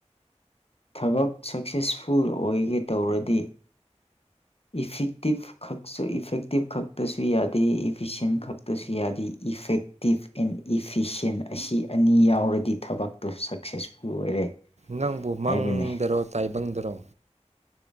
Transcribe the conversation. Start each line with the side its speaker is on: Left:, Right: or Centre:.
Left: ꯊꯕꯛ ꯁꯛꯁꯦꯁꯐꯨꯜ ꯑꯣꯏꯒꯦ ꯇꯧꯔꯗꯤ ꯏꯐꯦꯛꯇꯤꯞ ꯈꯛꯁꯨ ꯏꯐꯦꯛꯇꯤꯞ ꯈꯛꯇꯁꯨ ꯌꯥꯗꯦ ꯏꯐꯤꯁꯦꯟ ꯈꯛꯇꯁꯨ ꯌꯥꯗꯦ ꯏꯐꯦꯛꯇꯤꯞ ꯑꯦꯟ ꯏꯐꯤꯁꯟ ꯑꯁꯤ ꯑꯅꯤ ꯌꯥꯎꯔꯗꯤ ꯊꯕꯛꯇꯣ ꯁꯛꯁꯦꯁꯐꯨꯜ ꯑꯣꯏꯔꯦ
Right: ꯅꯪꯕꯨ ꯃꯪꯗꯔꯣ
Left: ꯍꯥꯏꯕꯅꯤ
Right: ꯇꯥꯏꯕꯪꯗꯔꯣ